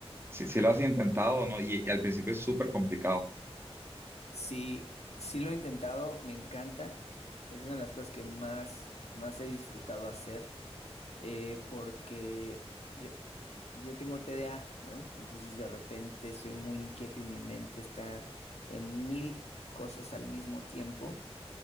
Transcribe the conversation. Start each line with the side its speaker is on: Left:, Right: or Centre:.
Right: Si, si lo has intentado o no, y, y al principio es súper complicado.
Left: Sí, sí lo he intentado, me encanta. Es una de las cosas que más, más he disfrutado hacer eh, porque yo, yo tengo TDA, ¿no? Entonces de repente soy muy inquieto y mi mente está en mil cosas al mismo tiempo